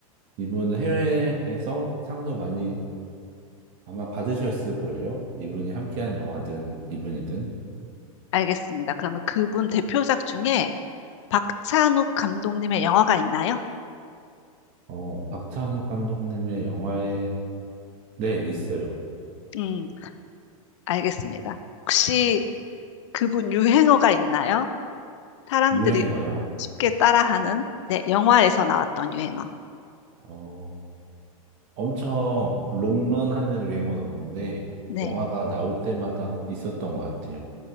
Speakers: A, on the right; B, on the left.
A: 이분은 해외에서 상도 많이 아마 받으셨을걸요? 이분이 함께한 영화든 이분이든.
B: 알겠습니다. 그러면 그분 대표작 중에 박찬욱 감독님의 영화가 있나요?
A: 어, 박찬욱 감독님의 영화에, 네, 있어요.
B: 음, 알겠습니다. 혹시 그분 유행어가 있나요? 사람들이
A: 유행어요.
B: 쉽게 따라하는, 네, 영화에서 나왔던 유행어.
A: 어, 엄청 롱런하는 유행어는 없는데,
B: 네.
A: 영화가 나올 때마다 있었던 것 같아요.